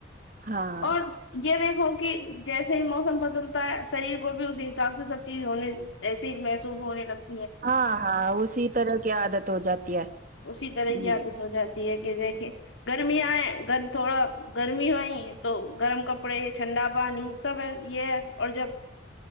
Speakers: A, on the right; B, on the left.
A: ہاں
B: اور یہ دیکھو کہ جیسے ہی موسم بدلتا ہے شریر کو بھی اسی حساب سے سب چیز ہونے ایسی ہی محسوس ہونے لگ
A: ہاں ہاں اسی طرح کی عادت ہو جاتی ہے
B: اسی طرح کی
A: جی
B: عادت ہو جاتی ہے کہ دیکھے گرمی ہے گھر تھوڑا گرمی ہوئی تو گرم کپڑے ٹھنڈا پانی سب ہے یہ ہے اور جب